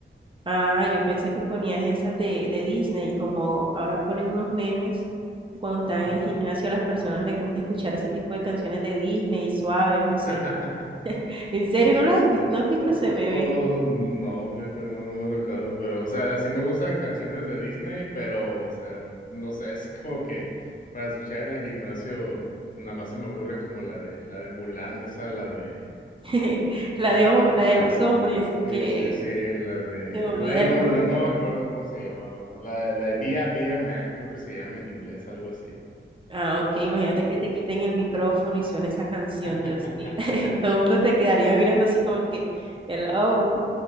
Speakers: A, on the right; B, on the left.
A: Ah, yo pensé que ponías esas de, de Disney, como ahora ponen unos memes, que cuando están
B: Ajá.
A: en el gimnasio a las personas les gusta escuchar ese tipo de canciones de Disney, suaves, no sé.
B: <laughs>
A: ¿En serio no las escu-
B: O,
A: ¿No has visto
B: o-
A: ese meme?
B: o- o- no, fíjate, no, no me ha tocado, pero, o sea, sí me gustan canciones de Disney, pero, o sea, no sé, <laughs> así como que para escuchar en el gimnasio, nada más se me ocurre como la de, la de Mulan, esa, la de...
A: <laughs>
B: La,
A: La de, o- la de los hombres,
B: Sí,
A: que
B: sí, sí, la de...
A: se me olvida
B: No, ahí
A: el
B: no, me-
A: nombre.
B: no, no me acuerdo cómo se llamaba. La, la de Via Via Man, creo que se llama en inglés, algo así.
A: Ah, ok, imagínate
B: Ah,
A: que te quiten el micrófono y suene esa canción,
B: <laughs>
A: Dios mío. <laughs> Todo el mundo te quedaría mirando así como que, hello.